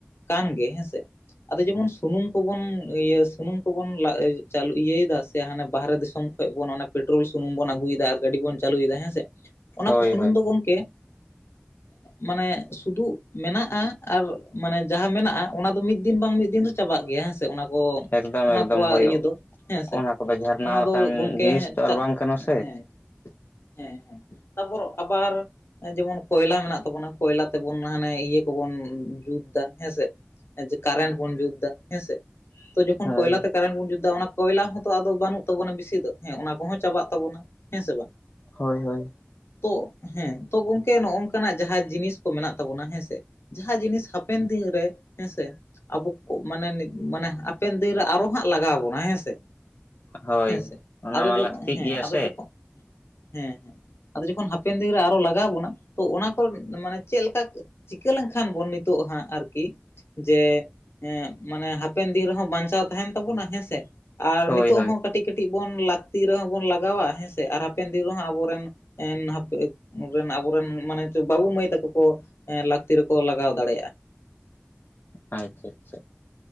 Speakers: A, on the left; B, on the left.
A: ᱠᱟᱱ ᱜᱮ ᱦᱮᱸᱥᱮ ᱟᱫᱚ ᱡᱮᱢᱚᱱ ᱥᱩᱱᱩᱢ ᱠᱚᱵᱚᱱ ᱤᱭᱟᱹ ᱥᱩᱱᱩᱢ ᱠᱚᱵᱚᱱ ᱪᱟᱹᱩ ᱤᱭᱟᱹᱭᱫᱟ ᱥᱮ, ᱥᱮ ᱦᱟᱱᱮ ᱵᱟᱦᱨᱮ ᱫᱤᱥᱚᱢ ᱠᱷᱚᱱ ᱵᱚᱱ ᱚᱱᱟ ᱯᱮᱴᱨᱳᱞ ᱥᱩᱱᱩᱢ ᱵᱚᱱ ᱟᱹᱜᱩᱭᱮᱫᱟ ᱟᱨ ᱜᱟᱹᱰᱤ ᱵᱚᱱ ᱪᱟᱹᱞᱩᱭᱮᱫᱟ ᱦᱮᱸ ᱥᱮ, ᱚᱱᱟ
B: ᱦᱳᱭ
A: ᱠᱚ ᱥᱩᱱᱩᱢ
B: ᱦᱳᱭ
A: ᱫᱚ ᱜᱚᱢᱠᱮ ᱢᱟᱱᱮ ᱥᱩᱫᱩᱜ ᱢᱮᱱᱟᱜᱼᱟ ᱟᱨ ᱢᱟᱱᱮ ᱡᱟᱦᱟᱸ ᱢᱮᱱᱟᱜᱼᱟ ᱚᱱᱟ ᱫᱚ ᱢᱤᱫ ᱫᱤᱱ ᱵᱟᱝ ᱢᱤᱫ ᱫᱤᱱ ᱫᱚ ᱪᱟᱵᱟᱜ ᱜᱮᱭᱟ ᱦᱮᱸ ᱥᱮ ᱚᱱᱟ ᱠᱚ
B: ᱮᱠᱫᱚᱢ ᱮᱠᱫᱚᱢ
A: ᱚᱱᱟ ᱠᱚᱣᱟᱜ
B: ᱦᱳᱭᱳᱜ
A: ᱤᱭᱟᱹ ᱫᱚ ᱦᱮᱸ ᱥᱮ
B: ᱚᱱᱟ ᱠᱚᱫᱚ ᱡᱷᱟᱨᱱᱟ
A: ᱚᱱᱟ ᱫᱚ
B: ᱟᱠᱟᱱ
A: ᱜᱚᱝᱠᱮ
B: ᱡᱤᱱᱤᱥ ᱛᱚ
A: ᱪᱟᱜ
B: ᱟᱨ ᱵᱟᱝ ᱠᱟᱱᱟ ᱥᱮ
A: ᱦᱮᱸ ᱦᱮᱸ ᱦᱮᱸ, ᱛᱟᱨᱯᱚᱨ ᱟᱵᱟᱨ ᱡᱮᱢᱚᱱ ᱠᱚᱭᱞᱟ ᱢᱮᱱᱟᱜ ᱛᱟᱵᱚᱱᱟ ᱠᱚᱭᱞᱟ ᱛᱮᱵᱚᱱ ᱦᱟᱱᱮ ᱤᱭᱟᱹ ᱠᱚᱵᱚᱱ ᱡᱩᱛ ᱫᱟ ᱦᱮᱸᱥᱮ, ᱠᱟᱨᱮᱱᱴ ᱵᱚᱱ ᱡᱩᱛ ᱫᱟ ᱦᱮᱸᱥᱮ ᱛᱚ ᱡᱚᱠᱷᱚᱱ
B: ᱦᱳᱭ
A: ᱠᱚᱭᱞᱟᱛᱮ ᱠᱟᱨᱮᱱᱴ ᱵᱚᱱ ᱡᱩᱛ ᱫᱟ ᱚᱱᱟ ᱠᱚᱭᱞᱟ ᱦᱚᱸ ᱛᱚ ᱟᱫᱚ ᱵᱟᱹᱱᱩᱜ ᱛᱟᱵᱚᱱᱟ ᱵᱮᱥᱤ ᱫᱚ ᱦᱮᱸ ᱚᱱᱟ ᱠᱚᱦᱚᱸ ᱪᱟᱵᱟᱜ ᱛᱟᱵᱚᱱᱟ ᱦᱮᱸ ᱥᱮ ᱵᱟᱝ,
B: ᱦᱳᱭ ᱦᱳᱭ᱾
A: ᱛᱚ ᱦᱮᱸ ᱛᱚ ᱜᱚᱝᱠᱮ ᱱᱚᱜ ᱱᱚᱝᱠᱟ ᱱᱟᱜ ᱡᱟᱦᱟᱸ ᱡᱤᱱᱤᱥ ᱠᱚ ᱢᱮᱱᱟᱜ ᱛᱟᱵᱚᱱᱟ ᱦᱮᱸ ᱥᱮ, ᱡᱟᱦᱟᱸ ᱡᱤᱱᱤᱥ ᱦᱟᱯᱮᱱ ᱫᱤᱱ ᱨᱮ ᱦᱮᱸᱥᱮ ᱟᱵᱚ ᱠᱚ ᱢᱟᱱᱮ ᱢᱟᱱᱮ ᱦᱟᱯᱮᱱ ᱫᱤᱱ ᱨᱮ ᱟᱨᱚ ᱦᱟᱸᱜ ᱞᱟᱜᱟᱣ ᱵᱚᱱᱟ ᱦᱮᱸᱥᱮ,
B: ᱦᱳᱭ
A: ᱦᱮᱸ ᱥᱮ
B: ᱚᱱᱟ
A: ᱟᱫᱚ
B: ᱢᱟ
A: ᱡᱚᱠᱷᱚᱱ
B: ᱞᱟᱹᱠᱛᱤᱜ
A: ᱦᱮᱸ
B: ᱜᱮᱭᱟ
A: ᱟᱫᱚ
B: ᱥᱮ
A: ᱡᱚᱠᱷᱚᱱ ᱦᱮᱸ ᱦᱮᱸ, ᱟᱫᱚ ᱡᱚᱠᱷᱚᱱ ᱦᱟᱯᱮᱱ ᱫᱤᱱ ᱨᱮ ᱟᱨᱚ ᱞᱟᱜᱟᱣ ᱟᱵᱚᱱᱟ ᱛᱚ ᱚᱱᱟ ᱠᱚ ᱢᱟᱱᱮ ᱪᱮᱫ ᱞᱮᱠᱟ ᱪᱤᱠᱟᱹ ᱞᱮᱱᱠᱷᱟᱱ ᱵᱚᱱ ᱱᱤᱛᱚᱜ ᱦᱟᱸᱜ ᱟᱨᱠᱤ ᱡᱮ ᱢᱟᱱᱮ ᱦᱟᱯᱮᱱ ᱫᱤᱱ ᱨᱮᱦᱚᱸ ᱵᱟᱧᱪᱟᱣ ᱛᱟᱦᱮᱱ ᱛᱟᱵᱚᱱᱟ ᱦᱮᱸᱥᱮ ᱟᱨ
B: ᱦᱳᱭ
A: ᱱᱤᱛᱚᱜ
B: ᱦᱳᱭ
A: ᱦᱚᱸ ᱠᱟᱹᱴᱤᱡ ᱠᱟᱹᱴᱤᱡ ᱵᱚᱱ ᱞᱟᱹᱠᱛᱤ ᱨᱮᱦᱚᱸ ᱵᱚᱱ ᱞᱟᱜᱟᱣᱟ ᱦᱮᱸᱥᱮ ᱟᱨ ᱦᱟᱯᱮᱱ ᱫᱤᱱ ᱨᱮᱦᱚᱸ ᱟᱵᱚᱨᱮᱱ ᱦᱟᱯᱨᱮᱱ ᱟᱵᱚᱨᱮᱱ ᱢᱟᱱᱮ ᱵᱟᱹᱵᱩ ᱢᱟᱹᱭ ᱛᱟᱠᱚ ᱠᱚ <inaudible> ᱞᱟᱹᱠᱛᱤ ᱨᱮᱠᱚ ᱞᱟᱜᱟᱣ ᱫᱟᱲᱮᱭᱟᱜᱼᱟ᱾
B: ᱟᱪᱪᱷᱟ ᱟᱪᱪᱷᱟ᱾